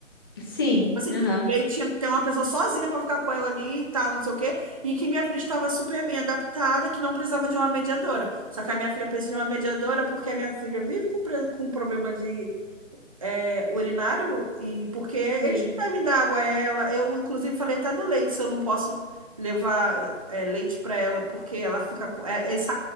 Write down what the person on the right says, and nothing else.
Assim,
e aí tinha que ter uma pessoa sozinha para ficar com ela ali e tal, não sei o quê. E que minha filha estava super bem adaptada, que não precisava de uma mediadora. Só que a minha filha precisa de uma mediadora porque a minha filha vive com, pre- com um problema de é, urinário e porque eles
não devem dar água a ela. Eu, inclusive, falei até do leite, se eu não posso levar é, leite para ela, porque ela fica com. É, é esse